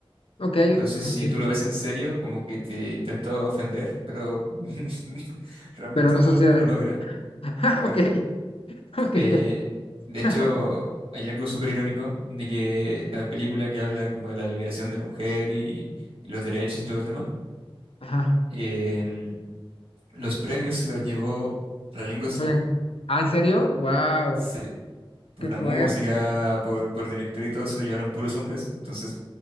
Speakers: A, on the left; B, on the right.
A: ok,
B: Entonces,
A: ok,
B: si tú lo ves en serio, como que te intenta ofender, pero <laughs> realmente
A: Pero no
B: no,
A: sucede.
B: no lo logra,
A: <laughs>
B: claro.
A: Ok, ok.
B: Eh, de hecho,
A: <laughs>
B: hay algo súper irónico de que la película que habla como de la liberación de la mujer y, y los derechos y todo el tema,
A: Ajá.
B: eh, los premios se los llevó Ryan Gosling.
A: Vayan. Ah, ¿en serio? Wow,
B: Sí, por
A: qué
B: la
A: fuerte.
B: música, por, por director y todo, se lo llevaron puros hombres. Entonces,